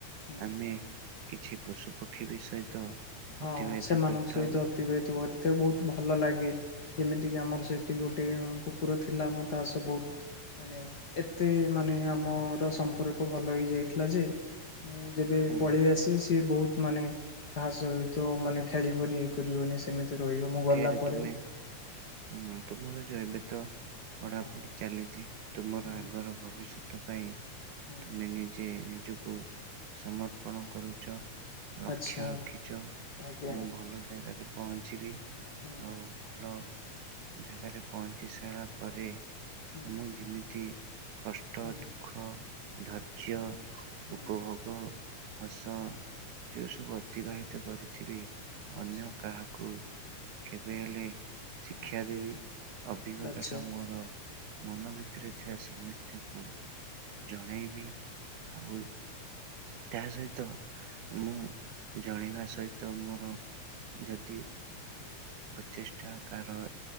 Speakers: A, on the left; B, on the right.
A: ହୁଁ
B: ଆମେ କିଛି ପଶୁ ପକ୍ଷୀ ବି ସହିତ
A: ହଁ,
B: ଅତିବାହିତ
A: ସେମାନଙ୍କ
B: କରିଥାଉ
A: ସହିତ ଅତିବାହିତ କରିଥାଉ, ବହୁତ ଭଲ ଲାଗେ। ଯେମିତିକି ଆମର ସେଠି ଗୋଟେ କୁକୁର ଥିଲା, ମୁଁ ତା ସହ ବହୁତ ମାନେ ଏତେ ମାନେ ଆମର ସମ୍ପର୍କ ଭଲ ହେଇ ଯାଇଥିଲା ଯେ ମୁଁ ଯେବେ
B: ଉଁ
A: ପଳେଇ ଆସିବି, ସିଏ ବହୁତ ମାନେ କାହା ସହିତ ମାନେ ଖେଳିବନି, ଇଏ କରିବନି, ସେମିତି ରହିବ ମୁଁ ଗଲା
B: ଫେରେ
A: ପରେ
B: ତୁମେ, ହଁ ତୁମର ଯୋଉ ଏବେ ତ ପଢାପଢି
A: ହଁ
B: ଚାଲିଚି। ତୁମର
A: ହୁଁ
B: ଆଗର ଭବିଷ୍ୟତ ପାଇଁ
A: ହୁଁ
B: ତୁମେ ନିଜେ ନି ନିଜକୁ ସମର୍ପଣ କରୁଚ ଲକ୍ଷ୍ୟ
A: ଆଚ୍ଛା
B: ରଖିଛ
A: ଆଜ୍ଞା
B: ମୁଁ ଭଲ ଜାଗାରେ ପହଞ୍ଚିବି
A: ହୁଁ
B: ଆଉ ଭଲ ଜାଗାରେ ପହଞ୍ଚି ସାରିଲା ପରେ
A: ହୁଁ
B: ମୁଁ ଯେମିତି କଷ୍ଟ,
A: ହୁଁ
B: ଦୁଃଖ ଧୈର୍ଯ୍ୟ,
A: ହୁଁ ହୁଁ
B: ଉପଭୋଗ, ହସ
A: ହୁଁ
B: ଯୋଉ ସବୁ ଅତିବାହିତ କରିଥିବି,
A: ଆଚ୍ଛା
B: ଅନ୍ୟ କାହାକୁ କେବେ
A: ଆଚ୍ଛା
B: ହେଲେ ଶିକ୍ଷା
A: ଆଚ୍ଛା
B: ଦେବି, ଅଭିଜ୍ଞତାଟା
A: ଆଚ୍ଛା
B: ମୋର ମନ ଭିତରେ ଥିବା ସମିସ୍ତି ଙ୍କୁ ଜଣେଇବି ଆଉ ତା ସହିତ ମୁଁ ଜଣେଇବା ସହିତ ମୋର ଯଦି ପ୍ରଚେଷ୍ଟା କାରଣ